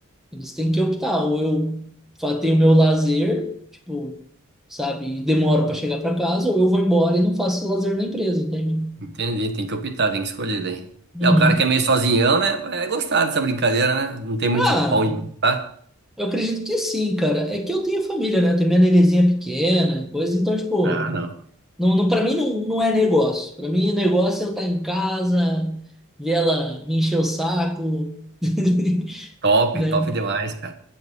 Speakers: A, in the centre; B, on the right.
A: Eles têm que optar, ou eu fa- tenho meu lazer, tipo, sabe, e demoro pra chegar pra casa, ou eu vou embora e não faço lazer na empresa, entende?
B: entendi, tem que optar, tem que escolher daí.
A: Uhum.
B: É, o cara que é meio sozinhão, né, vai gostar dessa brincadeira, né? Não tem muito
A: Ah,
B: pão de tá?
A: Eu acredito que sim, cara. É que eu tenho família, né? Eu tenho minha nenenzinha pequena, coisa. Então, tipo,
B: Ah, não.
A: não, não, para mim não, não é negócio. Para mim, negócio é eu estar em casa, ver ela me encher o saco, <laughs>
B: Top,
A: né?
B: top demais, cara.